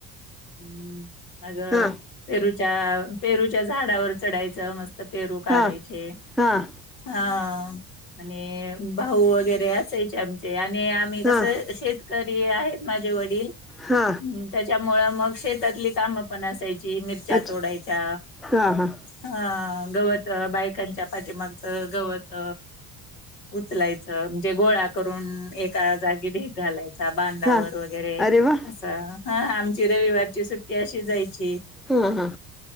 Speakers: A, on the left (about 85°); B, in the centre.
A: मग
B: हां,
A: पेरू त्या पेरूच्या झाडावर चढायचं मस्त पेरू काढायचे
B: हां, हां,
A: हा आणि भाऊ वगैरे असायचे आमचे आणि आम्ही
B: हां,
A: कसं शेत करी आहेत माझे वडील
B: हा
A: हं त्याच्यामुळं मग शेतातली कामं पण असायची मिरच्या
B: अच्छा.
A: तोडायच्या
B: हा हा
A: हा गवत बायकांच्या पाठीमाग गवत उचलायचं म्हणजे गोळा करून, एका जागी ढीग घालायचा बांधावर
B: हा
A: वगैरे
B: अरे वा
A: असं हा आमची रविवारची सुट्टी अशी जायची
B: हा हा.